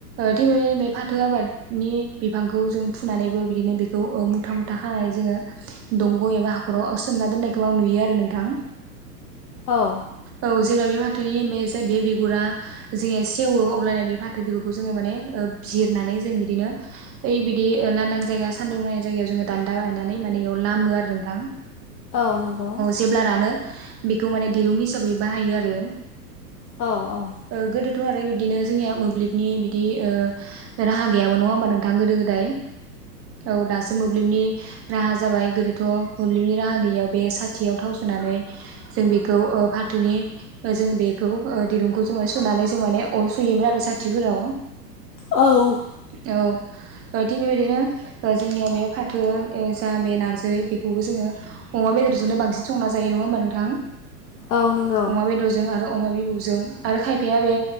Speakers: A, on the right (about 30°); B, on the left (about 90°).
A: थिग बेबायदिनो बे फाथो आबादनि बिफांखौ जों फुनानैबो बिदिनो बेखौ ओ मुथा मुथा खानाय जोङो दंग' एबा हाख'राव सोमना दोननायखौ आं नुयो आरो नोंथां।
B: औ।
A: औ जेब्ला बे फाथोनि बे जे बे बिगुरा जेला सेवो अब्लाना बे फाथो बिगुरखौ जोङो माने ओ जिरनानै जों बिदिनो। ओइ बिदि ओ लांदां जायगा सान्दुं नांनाय जायगायाव जोङो दान्दा गायनानै माने इयाव लामो आरो नोंथां।
B: औ नंगौ।
A: जेब्लानानो बेखौ माने दिरुं हिसाबै बाहायो आरो।
B: औ औ।
A: ओ गोदोथ' आरो बिदिनो जोंनिया। मोब्लिबनि बिदि ओ राहा गैयामोन नङा होमबा नोंथां गोदो गोदाय औ दासो मोब्लिबनि राहा जाबाय गोदोथ' मोब्लिबनि राहा गैयियाव बे साथियाव थाव सोनानै जों बेखौ ओ फाथोनि जों बेखौ ओ दिरुंखौ जों सुनानै जों माने अर सुयोमोन आरो साथिफोराव
B: औ।
A: अ। ओ थिग बेबायदिनो जोंनिया बे फाथो ओ जा बे नारजि बेखौबो जोङो। अमा बेदरजोंनो बांसिन संना जायो नङा होमबा नोंथां
B: औ नंगौ औ नंगौ
A: अमा बेदरजों आरो अमा बिबुजों आरो खायफाया बे